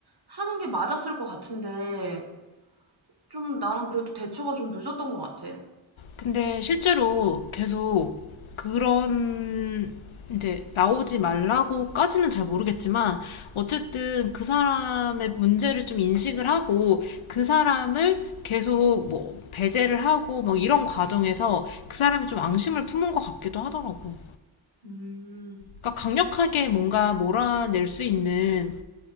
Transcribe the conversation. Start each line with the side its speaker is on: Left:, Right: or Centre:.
Right: 하는 게 맞았을 것 같은데 좀 나는 그래도 대처가 좀 늦었던 것 같아.
Left: 근데 실제로 계속 그런 이제 나오지 말라고까지는 잘 모르겠지만 어쨌든 그 사람의 문제를 좀 인식을 하고 그 사람을 계속 뭐 배제를 하고 뭐 이런 과정에서 그 사람이 좀 앙심을 품은 것 같기도 하더라고.
Right: 음,
Left: 그러니까 강력하게 뭔가 몰아낼 수 있는